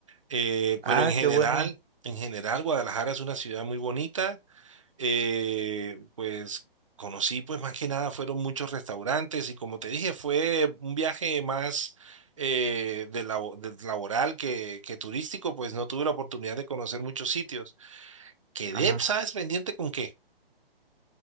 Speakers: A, on the right (about 35°); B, on the right (about 75°).
A: Eh,
B: Ah,
A: pero en general,
B: qué bueno.
A: en general, Guadalajara es una ciudad muy bonita. eh, pues conocí, pues más que nada fueron muchos restaurantes y como te dije, fue un viaje más eh, de labo- de laboral que, que turístico, pues no tuve la oportunidad de conocer muchos sitios. Quedé,
B: Ajá.
A: ¿sabes? Pendiente con qué?